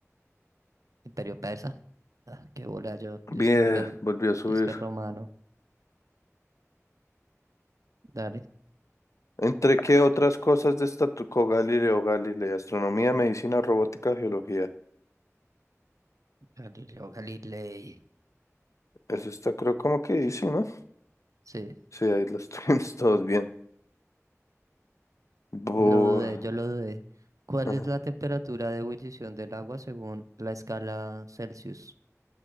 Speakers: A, on the right; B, on the left.
A: ¿Imperio persa? Ah, qué bola yo. Yo
B: Bien,
A: es que, claro,
B: volvió a subir.
A: yo es que romano. Dale.
B: ¿Entre qué otras cosas destacó Galileo Galilei? Astronomía, medicina, robótica, geología.
A: Galileo Galilei.
B: Eso está, creo, como que dice, ¿no?
A: Sí.
B: Sí, ahí lo estuvimos <laughs> todos bien. Bu-
A: Lo dudé, yo lo dudé. ¿Cuál
B: <laughs>
A: es la temperatura de ebullición del agua según la escala Celsius?